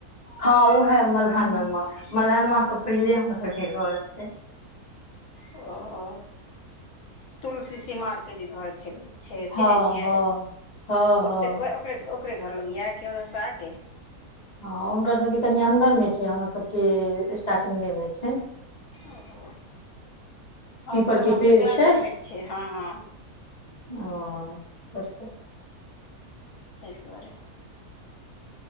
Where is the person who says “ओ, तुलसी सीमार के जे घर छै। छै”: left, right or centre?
Left